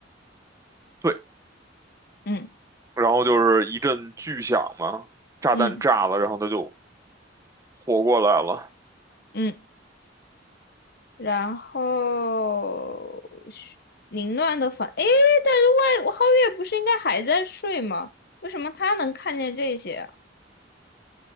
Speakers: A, on the right; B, on the left.
A: 对，
B: 嗯
A: 然后就是一阵巨响嘛，炸弹炸了，
B: 嗯
A: 然后它就。活过来了。
B: 嗯，然后是凌乱的房。诶，但是外皓月不是应该还在睡吗？为什么他能看见这些？